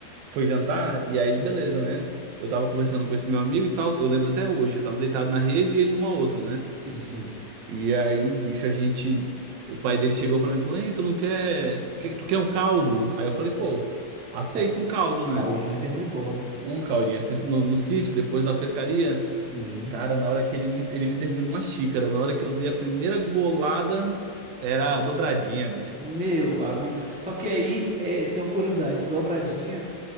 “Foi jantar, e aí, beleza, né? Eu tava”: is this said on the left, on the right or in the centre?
Right